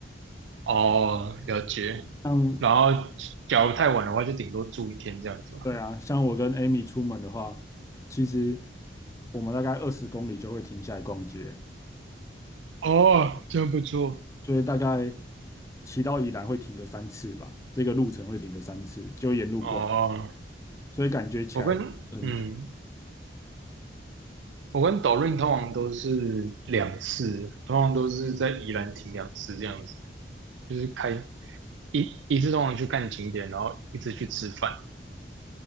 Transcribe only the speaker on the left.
像
对啊，像我跟 Amy 出门的话，其实我们大概二十公里就会停下来逛街，
所以大概骑到宜兰会停个三次吧，这个路程会停个三次，就沿路逛，
所以感觉起来很久。